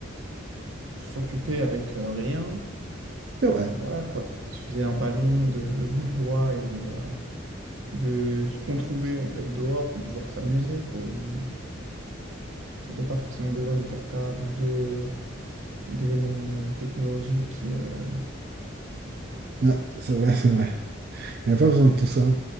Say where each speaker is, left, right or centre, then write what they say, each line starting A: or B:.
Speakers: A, on the right; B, on the right.
A: s'occupaient avec euh, rien.
B: C'est vrai,
A: Euh, voilà quoi, il suffisait un ballon de, de bouts de bois et de, euh, et de ce qu'on trouvait en fait dehors pour pouvoir s'amuser, quoi. Ou- euh, il n'y avait pas forcément besoin de portable ou de, ou d'éléments euh, technologiques qui... euh,
B: Ouais, c'est vrai, c'est vrai. Il n'y a pas besoin de tout ça.